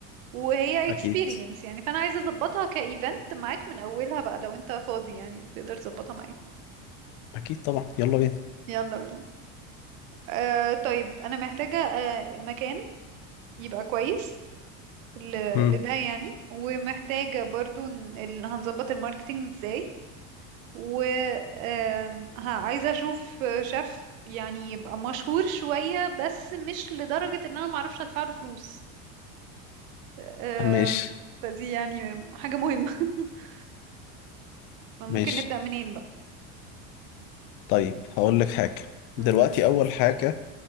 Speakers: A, on the right; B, on the left.
A: وهي
B: اكيد
A: experience يعني فانا عايزه اظبطها كايفنت معاك من اولها بقى لو انت فاضي يعني تقدر تظبطها معايا
B: اكيد طبعا يلا بينا
A: يلا بينا آه طيب انا محتاجه آه مكان يبقى كويس ل-
B: مم.
A: لده يعني ومحتاجه برضو ن- ال- هنظبط الماركتينج ازاي و آم، ها عايزة أشوف شيف يعني يبقى مشهور شوية بس مش لدرجة إن أنا معرفش أدفع له فلوس آم،
B: ماشي
A: فدي يعني حاجة مهمة <laughs> فممكن
B: ماشي
A: نبدأ منين بقى
B: طيب هقول لك حاجة
A: مم.
B: دلوقتي اول حاجة